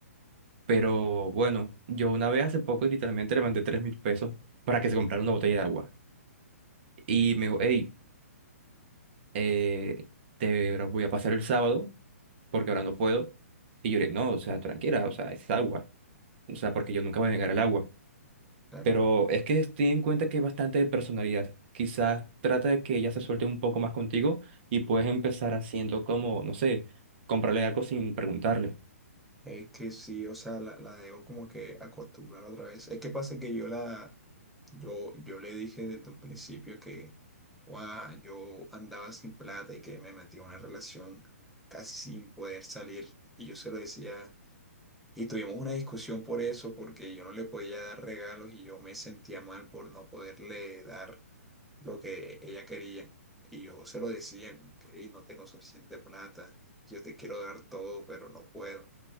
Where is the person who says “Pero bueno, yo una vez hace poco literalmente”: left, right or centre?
Right